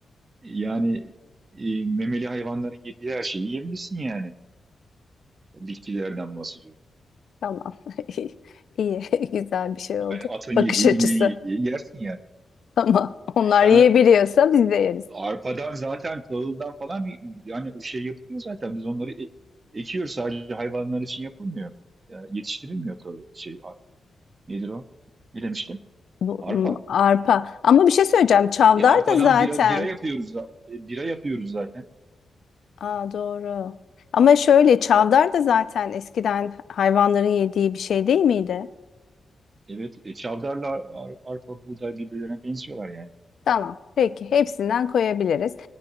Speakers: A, on the right; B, on the left.
A: yani e, memeli hayvanların yediği her şeyi yiyebilirsin yani. Bitkilerden bahsediyorum.
B: Tamam. <laughs> İyi, iyi. <laughs> güzel bir şey oldu.
A: Yani atın
B: Bakış
A: yediği,
B: açısı.
A: ineğin yediği yersin yani.
B: Tamam. Onlar
A: Hayır sana
B: yiyebiliyorsa biz de yeriz.
A: arpadan zaten tahıldan falan bir yani o şey yapılıyor zaten. Biz onları e- ekiyoruz sadece hayvanlar için yapılmıyor. Yani yetiştirilmiyor tahıl şey a- nedir o? Ne demiştim?
B: Bu
A: Arpa.
B: ım, arpa. Ama bir şey söyleyeceğim. Çavdar
A: E arpadan
B: da zaten.
A: bira bira yapıyoruz za- e, bira yapıyoruz zaten.
B: Aa doğru. Ama şöyle çavdar da zaten eskiden hayvanların yediği bir şey değil miydi?
A: Evet, e, çavdarla ar- arpa, buğday birbirlerine benziyorlar yani.
B: Tamam. Peki. Hepsinden koyabiliriz.